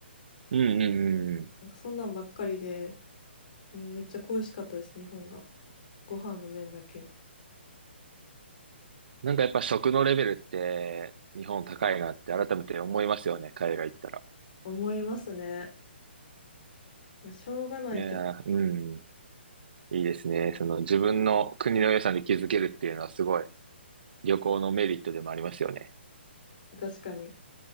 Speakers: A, on the right (about 55°); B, on the left (about 50°).
A: うんうんうんうん。
B: なんかそんなんばっかりで、うん、めっちゃ恋しかったです、日本が。ご飯の麺だけ。
A: なんかやっぱ食のレベルって日本高いなって改めて思いますよね、海外行ったら。
B: 思いますね。まあ、しょうがないけど
A: いやー、うん、いいですね。その自分の国の良さに気づけるっていうのはすごい旅行のメリットでもありますよね。
B: 確かに。